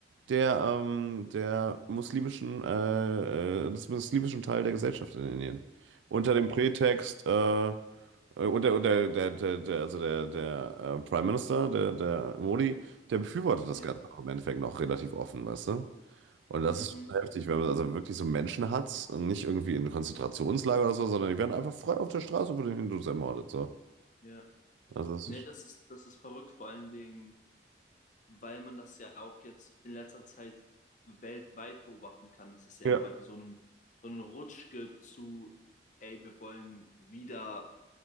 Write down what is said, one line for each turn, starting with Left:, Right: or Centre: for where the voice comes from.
Right: der, ähm, der muslimischen, äh, äh, des muslimischen Teil der Gesellschaft in Indien. Unter dem Prätext, äh, äh, unter, unter der, der, der, also der, der äh, Prime Minister, der, der Modi, der befürwortet das
Left: ja,
Right: Ganze auch im Endeffekt noch relativ offen, weißt du? Und das
Left: mhm,
Right: ist schon heftig, wenn man also wirklich so Menschen hat, nicht irgendwie in Konzentrationslager oder so, sondern die werden einfach frei auf der Straße von den Hindus ermordet, so.
Left: ja.
Right: Also das
Left: Ne,
Right: ist,
Left: das, das ist verrückt, vor allen Dingen weil man das ja auch jetzt in letzter Zeit weltweit beobachten kann, dass es ja
Right: ja,
Left: immer weiter so einen, so einen Rutsch gibt zu, ey, wir wollen wieder